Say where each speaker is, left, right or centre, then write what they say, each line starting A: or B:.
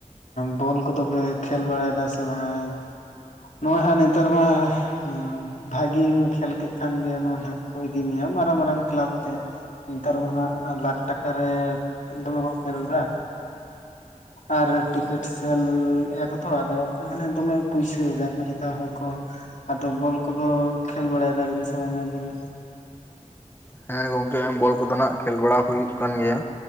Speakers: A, on the left; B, on the left.
A: ᱵᱚᱞ ᱠᱚᱫᱚ ᱯᱮ ᱠᱷᱮᱞ ᱵᱟᱲᱟᱭᱮᱫᱟ ᱥᱮ ᱵᱟᱝᱦᱟ ᱱᱚᱜᱼᱚᱭ ᱦᱟᱸᱜ ᱱᱮᱛᱟᱨ ᱢᱟ ᱦᱮᱸ ᱵᱷᱟᱜᱤᱢ ᱠᱷᱮᱞ ᱠᱮᱫ ᱠᱷᱟᱱ ᱜᱮ ᱱᱚᱦᱚᱭ ᱦᱟᱸᱜ ᱠᱚ ᱤᱫᱤ ᱢᱮᱭᱟ ᱢᱟᱨᱟᱝ ᱢᱟᱨᱟᱝ ᱠᱞᱟᱯ ᱛᱮ ᱱᱮᱛᱟᱨ ᱢᱟᱦᱟᱜ ᱞᱟᱠᱷ ᱴᱟᱠᱟᱨᱮ ᱫᱚᱢᱮ ᱠᱚ ᱠᱷᱮᱞ ᱮᱫᱟ
B: <unintelligible>
A: ᱟᱨ ᱴᱤᱠᱤᱴ ᱥᱮᱞ ᱮᱫᱟ ᱠᱚ ᱛᱚ ᱟᱫᱚ ᱢᱟᱱᱮ ᱫᱚᱢᱮ ᱯᱩᱭᱥᱟᱹ ᱭᱮᱫᱟᱠᱚ ᱡᱚᱛᱚ ᱦᱚᱲ ᱠᱚ ᱟᱫᱚ ᱵᱚᱞ ᱠᱚᱫᱚ ᱠᱷᱮᱞ ᱵᱟᱲᱟᱭ ᱫᱟᱹᱵᱤᱱ ᱥᱮ ᱵᱟᱸᱜᱟ ᱟᱹᱵᱤᱱ ᱫᱚ
B: ᱦᱮᱸ ᱜᱚᱝᱠᱮ ᱵᱚᱞ ᱠᱚᱫᱚ ᱱᱟᱜ ᱠᱷᱮᱞ ᱵᱟᱲᱟ ᱦᱩᱭᱩᱜ ᱠᱟᱱ ᱜᱮᱭᱟ